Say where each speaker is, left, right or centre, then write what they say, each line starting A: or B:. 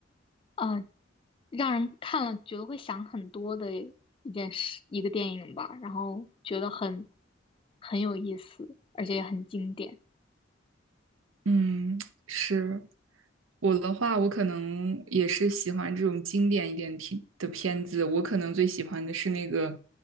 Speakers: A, on the left (about 25°); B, on the right (about 85°).
A: 呃，让人看了觉得会想很多的一件事，一个电影吧，然后觉得很很有意思，而且也很经典。
B: 嗯，是我的话，我可能也是喜欢这种经典一点片的片子。我可能最喜欢的是那个